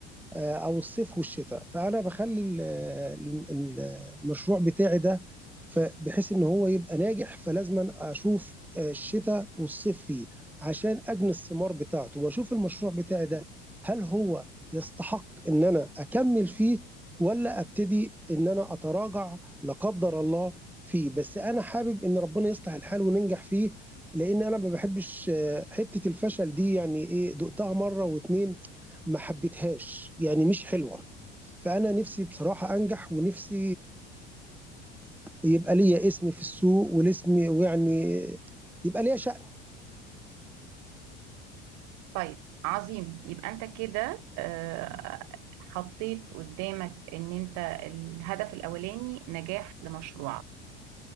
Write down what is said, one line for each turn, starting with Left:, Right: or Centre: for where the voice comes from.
Centre: آه، او الصيف والشتاء فانا بخلي ال- ال- ال- المشروع بتاعي ده ف- بحيث ان هو يبقى ناجح فلازم اشوف آه، الشتاء والصيف فيه عشان اجني الثمار بتاعته واشوف المشروع بتاعي ده هل هو يستحق ان انا اكمل فيه ولا ابتدي ان انا اتراجع لا قدر الله فيه بس انا حابب ان ربنا يصلح الحال وننجح فيه لان انا ما بحبش آه، حته الفشل دي يعني ايه دقتها مره واتنين ما حبيتهاش يعني مش حلوه فانا نفسي بصراحه انجح ونفسي يبقى ليا اسم في السوق والاسم ويعني يبقى ليا شأن
Right: طيب عظيم يبقى انت كده آه، حطيت قدامك ان انت الهدف الاولاني نجاح لمشروعك